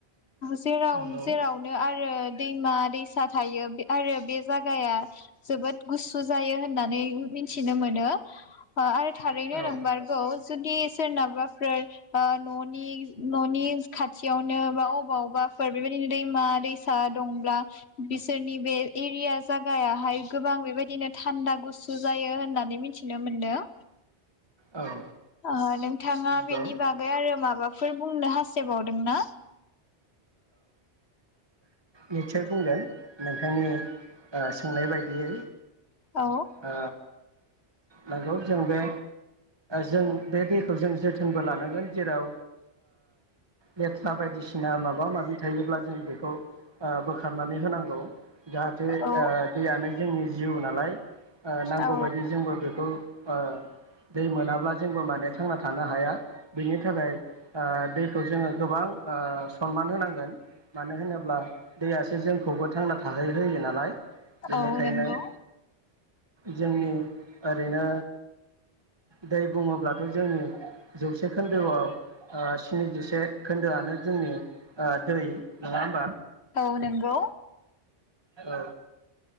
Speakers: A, on the left (about 65°); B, on the right (about 20°).
A: जेराव
B: नंगौ
A: जेरावनो आरो दैमा दैसा थायो बे आरो बे जागाया जोबोद गुसु जायो होननानै मिथिनो मोनो आरो थारैनो
B: औ
A: नोंमारगौ जुदि सोरनाबाफोर ओ न'नि न'नि खाथियावनो बा अबावबाफोर बेबायदिनो दैमा दैसा दंब्ला बिसोरनि बे एरिया जागायाहाय गोबां बेबायदिनो थान्दा गुसु जायो होननानै मिथिनो मोनदों।
B: औ
A: ओ नोंथाङा
B: नंगौ
A: बेनि बागै आरो माबा फोर बुंनो हास्थायबावदोंना?
B: निटसय बुंगोन। नोंथांनि ओ सोंनाय बायदियै।
A: औ
B: ओ नोंगौ जों बे जों बे दैखौ जों जोथोनबो लानांगोन जेराव लेथ्रा ओ बायदिसिना माबा माबि थायोब्ला जों बेखौ ओ बोखारनानै होनांगौ। जाहाथे ओ
A: औ
B: दैयानो जोंनि जिउ नालाय। ओ नांगौ
A: औ
B: बायदि जोंबो बे खौ ओ दै मोनाब्ला जोंबो माने थांना थानो हाया। बिनि थाखाय ओ दैखौ जोङो गोबां ओ सनमान होनांगोन। मानो होनोब्ला दैयासो जोंखौबो थांना थाहोनाय जायो नालाय बेनिखायनो
A: औ नंगौ
B: जोंनि ओरैनो दै बुङोब्लाथ' जोंनि जौसे खोन्दोआव ओ स्निजिसे खोन्दोआनो जोंनि दै नङा होमबा?
A: औ नंगौ
B: ओ